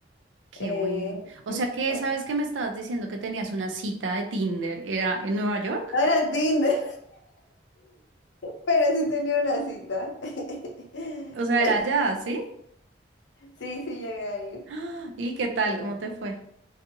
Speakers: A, on the right; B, on the left.
A: Qué
B: Eh,
A: bueno. O sea que
B: o-
A: esa vez que me estabas diciendo que tenías una cita de Tinder, ¿era en Nueva York?
B: no era Tinder. Pero sí tenía una cita. <laughs>
A: O sea,
B: Pero
A: era allá, ¿sí?
B: sí, sí llegué a
A: <gasps>
B: ir.
A: ¡Ah! ¿Y qué tal?
B: Eh,
A: ¿Cómo te fue?